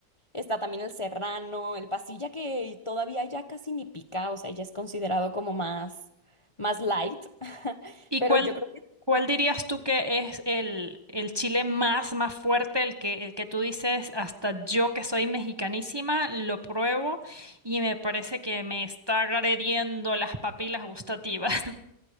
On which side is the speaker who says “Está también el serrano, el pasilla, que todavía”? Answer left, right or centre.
Left